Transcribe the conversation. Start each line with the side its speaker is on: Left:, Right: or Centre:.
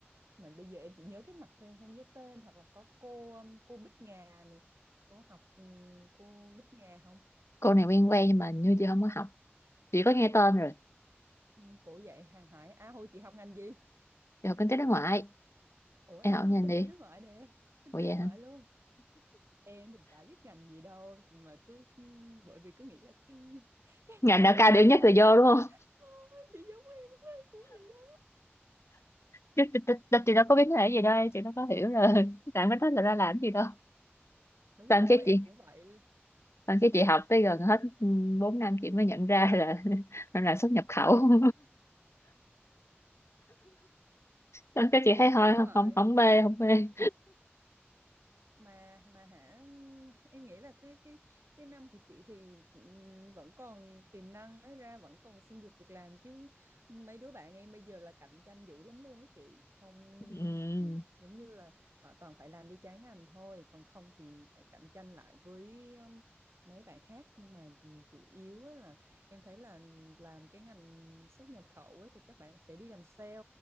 Right: mà bây giờ em chỉ nhớ cái mặt thôi em không nhớ tên hoặc là có cô um, cô Bích Ngà này có học um, cô Bích Ngà không
Left: cô này quen quen nhưng mà như chị không có học chị có nghe tên
Right: chị
Left: rồi
Right: um, cổ dạy hàng hải à hồi chị học ngành gì
Left: chị học kinh tế đối ngoại
Right: ủa em
Left: em học
Right: có học
Left: nhanh
Right: kinh
Left: đi
Right: tế đối ngoại nè kinh
Left: ủa
Right: tế
Left: vậy
Right: đối ngoại
Left: hả
Right: luôn em thì chả biết ngành gì đâu mà cứ um, bởi vì cứ nghĩ là cái <laughs> cái
Left: ngành
Right: mô
Left: nào cao điểm
Right: cái
Left: nhất
Right: ngành
Left: là
Right: nào
Left: vô đúng không <laughs>
Right: Ôi, chị giống em quá, em cũng vậy đó
Left: chứ chị, chị, chị, chị đâu có biết cái này gì đâu em chị đâu có hiểu rồi <laughs> làm cái đó là ra làm gì đâu
Right: đúng
Left: xong
Right: rồi
Left: cái
Right: em
Left: chị
Right: cũng vậy
Left: xong cái chị học tới gần hết ừ, bốn năm chị mới nhận ra là <laughs> mình làm xuất nhập khẩu <laughs> xong cái chị
Right: em
Left: thấy thôi
Right: cũng vậy
Left: không không mê không mê
Right: mà mà hả em nghĩ là cái cái cái năm của chị thì ừm, vẫn còn tiềm năng ấy ra vẫn còn xin được việc làm chứ mấy đứa bạn em bây giờ là cạnh tranh dữ lắm luôn á chị không
Left: ừ
Right: chị giống như là phải toàn phải làm đi trái ngành thôi còn không thì phải cạnh tranh lại với um, mấy bạn khác nhưng mà chủ yếu á là em thấy là làm cái ngành xuất nhập khẩu ấy, thì các bạn sẽ đi làm sale